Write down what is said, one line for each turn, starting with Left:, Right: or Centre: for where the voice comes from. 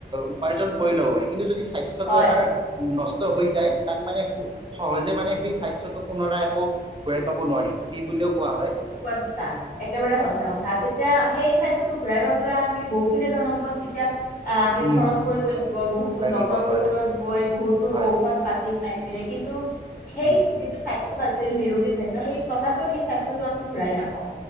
Right: উপাৰ্জন কৰি ল'ব পাৰি কিন্তু যদি স্বাস্থ্্যটো
Left: হয়
Right: এবাৰ নষ্ট হৈ যায় তাক মানে সহজে মানে সেই স্বাস্থ্্যটো পুনৰা একৌ ঘূৰাই পাব নোৱাৰি এই বুলিুলিও কোৱা হয়
Left: জ একেবাৰে
Right: হয়
Left: সঁচা কথা তেতিয়া সেই স্বাস্থ্্যটো ঘূৰাই পাবলৈ আমি বহুখিনি ধৰম্পদ তেতিয়া আহ আমি
Right: উম
Left: খৰচ কৰিব লাগিব বহুতো
Right: লাগিব
Left: ডক্তৰৰ
Right: হয়
Left: ওচৰত গৈ বহুতো
Right: হয়
Left: ঔষধ পাতি খাই পিনে কিন্তু সেই
Right: উম।
Left: যিটো স্বাস্থ ছিল নিৰোগী স্ব্থ্য সেই তথাপিও সেই স্বাস্থ্যতো আম ঘূৰাই নাপাওঁ